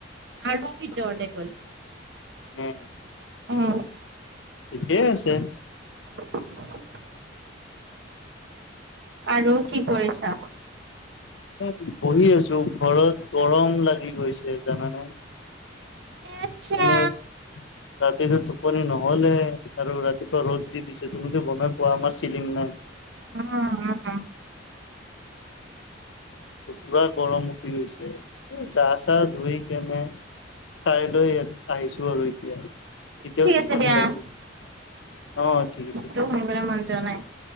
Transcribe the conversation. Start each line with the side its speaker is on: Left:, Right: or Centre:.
Right: আৰু ভিতৰতে গ'ল।
Left: উম।
Right: ওমম।
Left: ঠিকেই আছে।
Right: <inaudible> আৰু কি কৰিছা?
Left: ও, বহি আছো ঘৰত গৰম লাগি গৈছে, জানানে?
Right: আচ্ছা
Left: এনেৰ ৰাতিটো টোপনি নহ'লে আৰু ৰাতিপুৱা ৰ'দ দি দিছে তুমিতো গ'মেই পোৱা আমাৰ চিলিং নাই।
Right: উম উম উম।
Left: ত' পুৰা গৰম উঠি গৈছে, গা চা ধুই কেনে খাইলৈ ইয়াত আহিছো আৰু এতিয়া। এতিয়াও
Right: ঠিক
Left: টোপনি
Right: আছে দিয়া
Left: লাগি আছে। অ' ঠিক আছে।
Right: তো শুনিবলে মন যোৱা নাই।